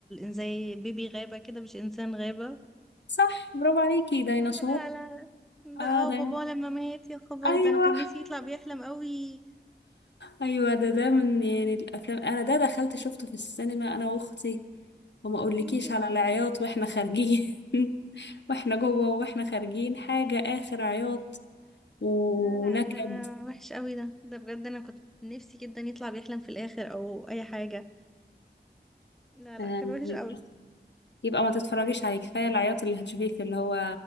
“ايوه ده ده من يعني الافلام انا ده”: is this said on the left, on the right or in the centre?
Left